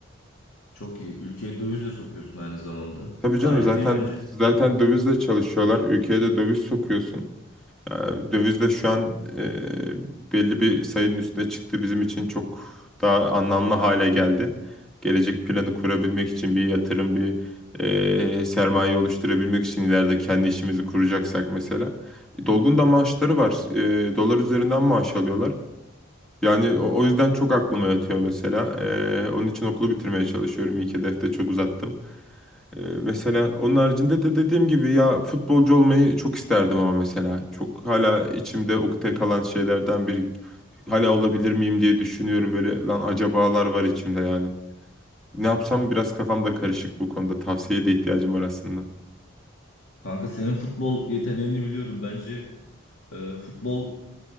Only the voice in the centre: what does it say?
Tabii
canım zaten
zaten dövizle çalışıyorlar. Ülkeye de döviz sokuyorsun. Yani döviz de şu an e, belli bir sayının üstüne çıktı. Bizim için çok daha anlamlı hale geldi. Gelecek planı kurabilmek için bir yatırım, bir e, sermaye oluşturabilmek için ileride kendi işimizi kuracaksak mesela. Dolgun da maaşları var. E, dolar üzerinden maaş alıyorlar. Yani o, o yüzden çok aklıma yatıyor mesela. E, onun için okulu bitirmeye çalışıyorum. İlk hedefte çok uzattım. Ee, Mesela onun haricinde de dediğim gibi ya futbolcu olmayı çok isterdim ama mesela çok hala içimde ukde kalan şeylerden biri. Hala olabilir miyim diye düşünüyorum böyle lan acabalar var içimde yani. Ne yapsam biraz kafam da karışık bu konuda tavsiyeye de ihtiyacım var aslında